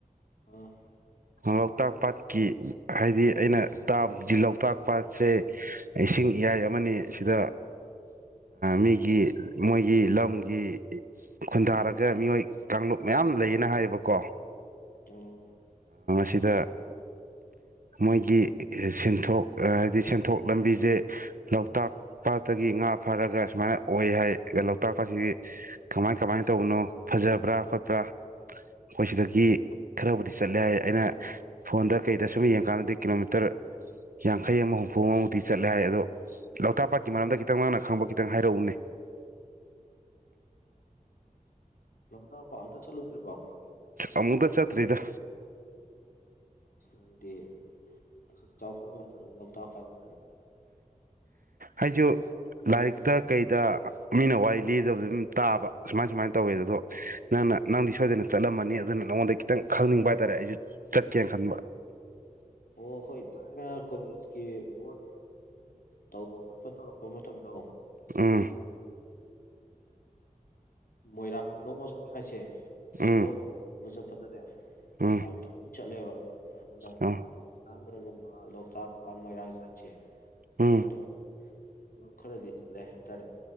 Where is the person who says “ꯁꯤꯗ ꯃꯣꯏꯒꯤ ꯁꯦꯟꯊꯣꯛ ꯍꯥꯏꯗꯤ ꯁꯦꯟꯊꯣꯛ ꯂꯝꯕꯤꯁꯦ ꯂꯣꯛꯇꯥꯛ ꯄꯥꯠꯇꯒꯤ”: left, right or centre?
Right